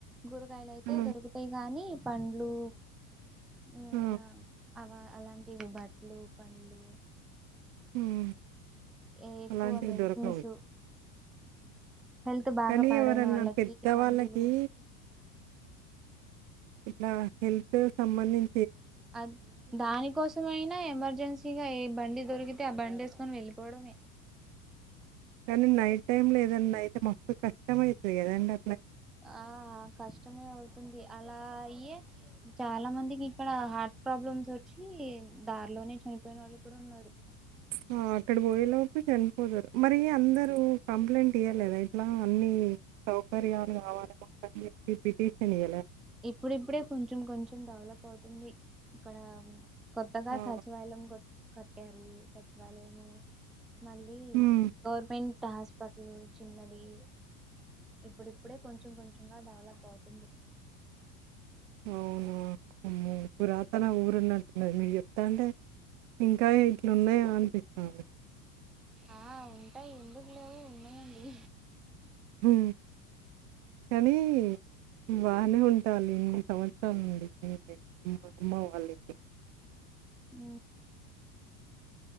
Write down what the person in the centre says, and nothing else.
కూరగాయలు అయితే
దొరుకుతాయి కానీ పండ్లు ఏమన్నా
అవ అలాంటివి బట్లు పండ్లు
ఎ ఎక్కువ
మెడిసేన్సు
హెల్త్ బాగా
పాడైన
వాళ్ళకి
మందులు
అ దానికోసమయినా ఎమర్జెన్సీగా ఏ బండి దొరికి అ బండేసుకొని వెళ్ళిపోవడమే
ఆ కష్టమే అవుతుంది అలా అయ్యే చాలా మందికి ఇక్కడ హార్ట్ ప్రాబ్లమ్స్ వచ్చి దారిలోనే చనిపోయిన వాళ్ళు కూడా ఉన్నారు
ఇప్పుడిప్పుడే కొంచెం కొంచెం డెవలప్ అవుతుంది ఇక్కడ కొత్తగా
సచివాలయం కట్టారు సచివాలయ మళ్ళీ
గవర్నమెంట్ హాస్పిటల్ చిన్నది ఇప్పుడిప్పుడే కొంచెం కొంచెంగా డెవలప్ అవుతుంది
ఆ ఉంటాయి ఎందుకు లేవు ఉన్నాయండి
అ